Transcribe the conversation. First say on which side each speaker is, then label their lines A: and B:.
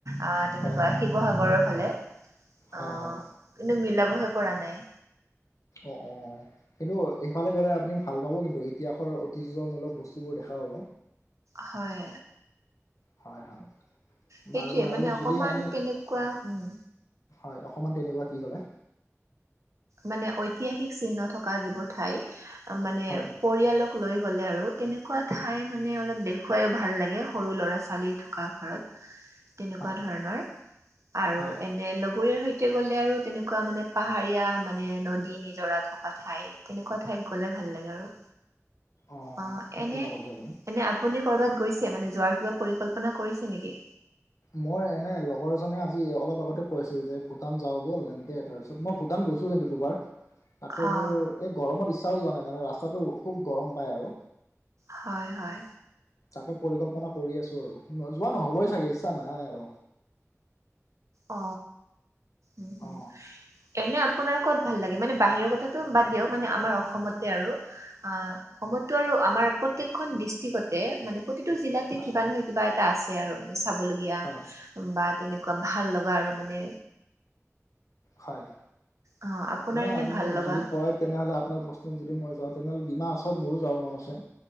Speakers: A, on the right; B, on the left.
A: আহ তেনেকুৱা
B: হয় হয়
A: শিৱসাগৰৰ ফালে,
B: হয়
A: অ',
B: হয়
A: কিন্তু মিলাবহে পৰা নাই।
B: অঁ অঁ কিন্তু সিফালে গ'লে আপুনি ভাল পাব কিন্তু ইতিহাসৰ ঐতিহ্যমূলক বস্তুবোৰ দেখা পাব
A: হয়
B: হয় হয়
A: সেইটোয়ে
B: বাৰু আৰু
A: মানে অকমান
B: যদি আমি
A: কেনেকুৱা উম
B: হয় অসমত তেনেকুৱা কি ক'লে
A: মানে ঐতিহাসিক চিহ্ন থকা যিবোৰ ঠাই মানে
B: হয়
A: পৰিয়ালক লৈ গ'লে আৰু তেনেকুৱা ঠাই মানে অলপ দেখুৱাই ভাল লাগে সৰু ল'ৰা ছোৱালী থকা ঘৰত তেনেকুৱা
B: হয়
A: ধৰণৰ আৰু
B: হয়
A: এনে, লগৰীয়াৰ সৈতে গ'লে আৰু তেনেকুৱা মানে, পাহাৰীয়া মানে মানে, নদী নিজৰা থকা ঠাই। তেনেকুৱা ঠাইত গ'লে ভাল লাগে আৰু।
B: অঁ',
A: অ
B: ঠিক
A: এনে
B: কথা কৈছা।
A: এনে আপুনি কৰবাত গৈছে, মানে যোৱাৰ কিবা পৰিকল্পনা কৰিছে নেকি?।
B: মই মানে লগৰজনে আজি অলপ আগতে কৈ আছিল যে ভূটান যাওঁ ব'ল এনেকে তাৰপিছত মই ভূটান গৈছো কিন্তু দুবাৰ তাকে
A: অ
B: মোৰ এই গৰমত ইচ্ছাও যোৱা নাই মানে ৰাস্তাটো খুব গৰম পায় আৰু
A: হয় হয়
B: তাকে পৰিকল্পনা কৰি আছো আৰু যোৱা নহ'বই চাগে ইচ্ছা নাই আৰু
A: অ উম
B: অ
A: এনে আপোনাৰ কত ভাল লাগে মানে বাহিৰৰ কথাটো বাদ দিয়ক মানে আমাৰ অসমতে আৰু অ সময়তো আৰু আমাৰ প্ৰত্যেকখন ডিষ্ট্ৰিক্টতে মানে প্ৰতিটো জিলাতে
B: হয়
A: কিবা নহয় কিবা এটা আছে আৰু মানে চাবলগীয়া
B: হয়
A: বা তেনেকুৱা ভাল লগা আৰু মানে
B: হয়
A: অ আপোনাৰ
B: মানে
A: এনে
B: আপুনি
A: ভাল লগা
B: যদি কয় তেনেহলে আপোনাৰ বস্ত যদি মই যাওঁ তেনেহ'লে ডিমাহ হাছাওত মোৰো যাব মন আছে